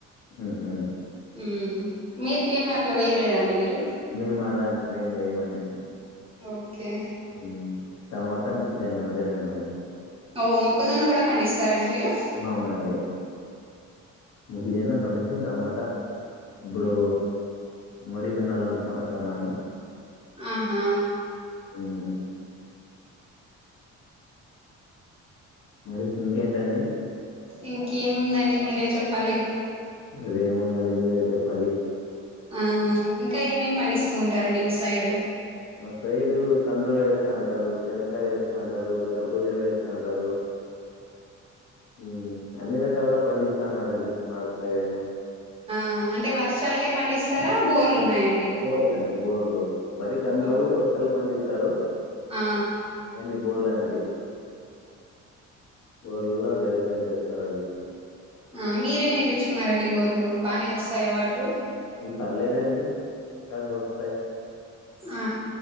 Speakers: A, on the left (about 70°); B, on the right (about 20°).
A: ఉహ్మ్ హు
B: ఉమ్ మీకేమి అట్లా వయ్యలేదండి మీరు
A: మేము అలాంటి ఏమి వేయమండి
B: ఓకే
A: ఉమ్ టమోటా ముక్కజొన్న అంతే రండి మది
B: ఓ మొక్కజొన్న కూడా పండిస్తారండి మీరు
A: అవునండి ముగిదనా పండిస్తాం టమోటా ఇప్పుడు ముడిగనల్ అంకుంట నము
B: ఆహా
A: ఉమ్ మరి ఇంకేంటండి
B: ఇంకేముందండి మీరే చెప్పాలి
A: ఇంకేముందండి మీరే చెప్పాలి
B: ఆ ఆ ఇంకా ఏమేమి పండిస్తూ ఉంటారండి మీ సైడ్
A: మా సైడు కందులు వేస్తంటారు శనకాయ వేస్తంటారు కర్బూజ వేస్తాంటారు ఉమ్ అన్ని రకాలుగా పండిస్తా ఉన్నారండి మాకు సైడేమో
B: ఆ అంటే వర్షాలకే పండిస్తారా బోర్లు ఉన్నాయండి మీకు
A: యా అండి బోర్లు మరీ కందులోకటి
B: ఓ
A: వర్షాలకి పండిస్తారు
B: ఆ
A: ఇగ అన్ని బోర్లేనండి బోర్లా వ్యవసాయం చేస్తారండి
B: ఆ మీరే నేపిచుకున్నారండి బోర్లు బానే వస్తాయా వటారు
A: ఉమ్ పర్లేదండి ఇంకాంగా వస్తాయి
B: ఆ